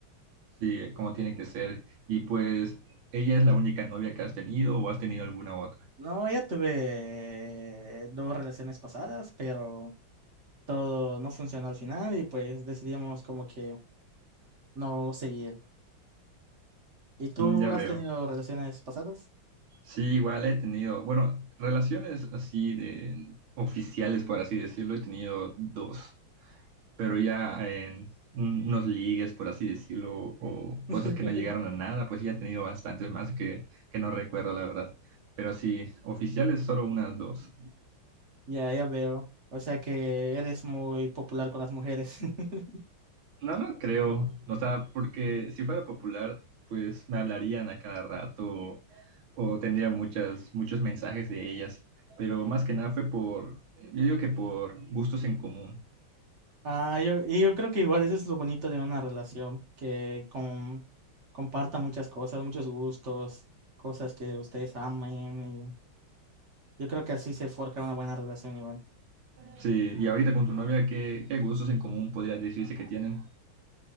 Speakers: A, on the right; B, on the right.
A: Sí, eh, como tiene que ser. Y pues, ¿ella es la única novia que has tenido o has tenido alguna otra?
B: No, ya tuve dos relaciones pasadas, pero todo no funcionó al final y pues decidimos como que no seguir. ¿Y tú
A: Mm, ya
B: has
A: veo.
B: tenido relaciones pasadas?
A: Sí, igual he tenido, bueno, relaciones así de oficiales, por así decirlo, he tenido dos. pero ya en un- unos ligues, por así decirlo, o
B: <laughs>
A: cosas que no llegaron a nada, pues sí, ya he tenido bastantes más que, que no recuerdo, la verdad. Pero sí, oficiales solo unas dos.
B: Ya, ya veo. O sea que eres muy popular con las mujeres. <laughs>
A: No, no creo, o sea, porque si fuera popular, pues me hablarían a cada rato o tendría muchas, muchos mensajes de ellas, pero más que nada fue por, yo digo que por gustos en común.
B: Ah, yo, y yo creo que igual eso es lo bonito de una relación, que con, comparta muchas cosas, muchos gustos, cosas que ustedes amen. y yo creo que así se forja una buena relación igual.
A: Sí, y ahorita con tu novia, ¿qué, qué gustos en común podría decirse que tienen?